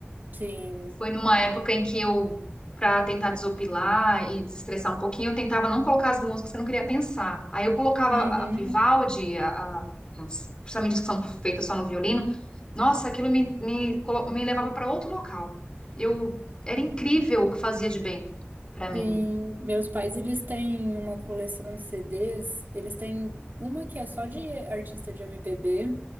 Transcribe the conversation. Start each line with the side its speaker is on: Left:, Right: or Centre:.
Right: sim.
Left: Foi numa época em que eu, para tentar desopilar e desestressar um pouquinho, eu tentava não colocar as músicas que eu não queria pensar. Aí eu colocava
Right: Uhum,
Left: a Vivaldi, a, a- as- principalmente as que são feitas só no violino. Nossa, aquilo me, me, colo- me levava para outro local. Eu era incrível o que fazia de bem para mim.
Right: sim. Meus pais, eles têm uma coleção de CDs. Eles têm uma que é só de artista de MPB